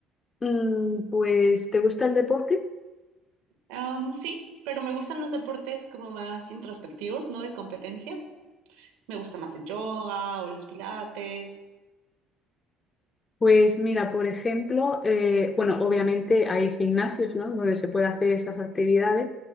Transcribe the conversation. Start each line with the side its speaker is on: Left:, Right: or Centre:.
Left: Mm, Pues, ¿te gusta el deporte?
Right: Am, sí, pero me gustan los deportes como más introspectivos, no de competencia. Me gusta más el yoga o los pilates.
Left: Pues mira, por ejemplo, eh, bueno, obviamente hay gimnasios, ¿no? Donde se puede hacer esas actividades,